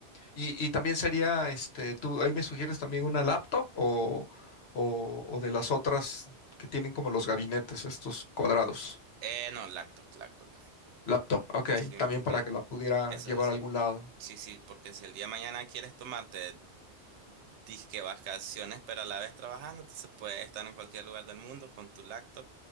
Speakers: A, on the left (about 70°); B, on the right (about 85°).
A: Y, y también sería, este, tú ahí me sugieres también una laptop o, o, o de las otras que tienen como los gabinetes, estos cuadrados.
B: Eh, no, laptop, laptop.
A: Laptop, ok,
B: Sí,
A: también
B: porque
A: para que la pudiera
B: eso,
A: llevar
B: eso,
A: a algún lado.
B: sí, sí, porque si el día de mañana quieres tomarte disque vacaciones, pero a la vez trabajando, entonces puedes estar en cualquier lugar del mundo con tu laptop,